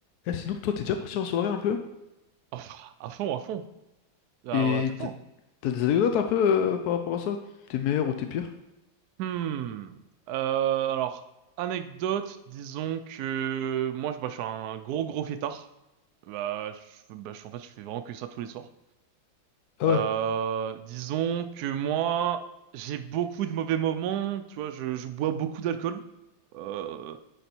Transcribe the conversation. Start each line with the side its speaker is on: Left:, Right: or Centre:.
Left: Eh, sinon, toi, t'es déjà parti en soirée un peu?
Right: Oh, à fond, à fond. Ah
Left: Et
Right: ouais, tout le
Left: t'as
Right: temps.
Left: t'as des anecdotes un peu euh, par rapport à ça? T'es meilleur ou t'es pire?
Right: Hmm. Euh, alors, anecdote, disons que moi, je, bah, je suis un gros, gros fêtard. Bah, je, bah, je- en fait, je fais vraiment que ça tous les soirs.
Left: Ah
Right: Euh,
Left: ouais,
Right: disons que moi, j'ai beaucoup de mauvais moments. Tu vois, je, je bois beaucoup d'alcool. Euh,